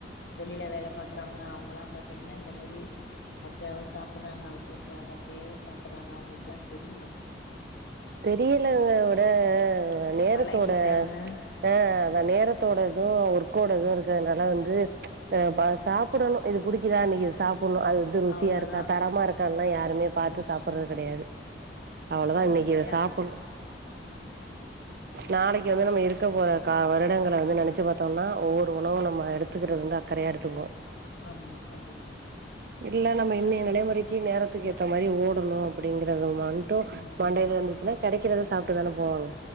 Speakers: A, on the left; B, on the right.
A: வெளில வேல பாக்குறவங்க அவங்கல்லா பாத்தீங்னா இந்த மாரி பச்சயா தா சாப் புறாங்க அவுச்சு வச்சா அது அப்டியே சாப்பிட்றாங்க அவங்களுக்குலா தெரியில
B: தெரியலங்க விட நேரத்தோட
A: பழகிட்டாங்க
B: ஆ அதா நேரத்தோடது ஒர்க்கோடது இருக்கறனால வந்து ஆ சாப்புடணு இது புடிக்குதா இன்னைக்கு சாப்பிடணு அது ருசியா
A: அவ்ளோதா
B: இருக்கா தரமா இருக்கான்னுலா யாருமே பாத்து
A: ம்
B: சாப்புடறது கெடையாது அவ்ளோதா
A: பழகிக்கிட்டாங்க
B: இன்னைக்கு இத சாப்புறோ நாளைக்கு வந்து நம்ம இருக்க போற கா வருடங்கள வந்து நெனச்சி பாத்தோம்னா ஒவ்வொரு உணவு நம்ம எடுத் துக்குறது வந்து அக்கறயா எடுத்துக்கோ
A: ஆம்மா கண்டிப்பாதா
B: இல்ல நம்ம இன்னய நடைமுறைக்கு நேரத்துக்கு ஏத்த மாரி ஓடணு அப்டிங்கறத மட்டு
A: ம்
B: மண்டயில இருந்துச்சுனா கெடைக்கறத சாப்டுதா போவாங்க